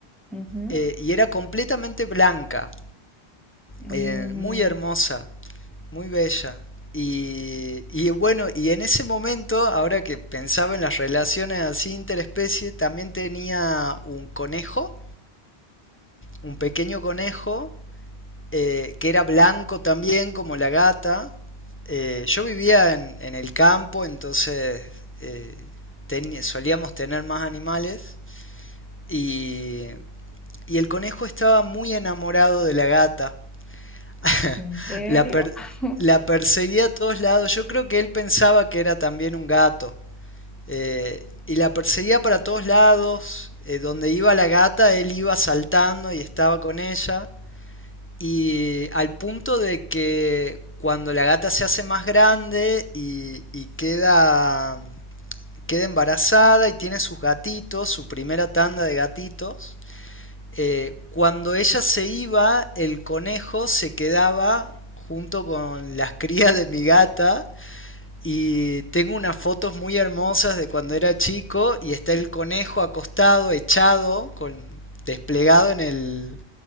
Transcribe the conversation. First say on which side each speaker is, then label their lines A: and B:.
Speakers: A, in the centre; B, on the left (about 20°).
A: Ujú.
B: eh, y era completamente blanca,
A: Mm,
B: eh, muy hermosa. Muy bella. Y, y bueno, y en ese momento, ahora que pensaba en las relaciones así interespecie, también tenía un conejo, un pequeño conejo, eh, que era blanco también, como la gata. Eh, yo vivía en, en, el campo, entonces eh, ten, solíamos tener más animales. Y, y el conejo estaba muy enamorado de la gata. <laughs>
A: ¿en serio?
B: La, per-
A: <laughs>
B: la perseguía a todos lados. Yo creo que él pensaba que era también un gato. Eh, y la perseguía para todos lados. Eh, donde iba la gata, él iba saltando y estaba con ella. Y al punto de que cuando la gata se hace más grande y, y queda, queda embarazada y tiene sus gatitos, su primera tanda de gatitos, eh, cuando ella se iba, el conejo se quedaba junto con las <laughs> crías de mi gata. Y tengo unas fotos muy hermosas de cuando era chico y está el conejo acostado, echado, con, desplegado en, el,